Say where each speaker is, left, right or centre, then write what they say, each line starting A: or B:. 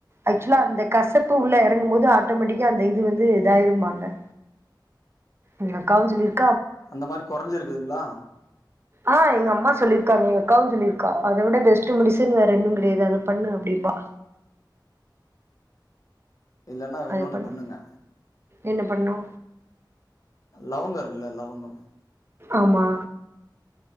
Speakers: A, on the right; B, on the left.
A: அக்சுவலா அந்த கசப்பு உள்ள இறங்கும் போது ஆட்டோமெட்டிக்கா அந்த இது வந்து இதாயிரும்பாங்க எங்க அக்காவு சொல்லி இரு
B: அந்த மாரி கொறஞ்சி இருக்குங்களா
A: ஆ எங்கம்மா சொல்லிருக்காங்க எங்க அக்காவு சொல்லியிருக்கா அதவுட பெஸ்ட்டு மெடிசன் வேற என்னும் கிடயாது அத பண்ணு அப்டிம்பா
B: இல்லன்னா இன்னொன்னு
A: அது பண்ணு
B: பண்ணுங்க.
A: என்ன பண்னோ
B: லவங்க இருக்குல்ல லவங்கம்
A: ஆமா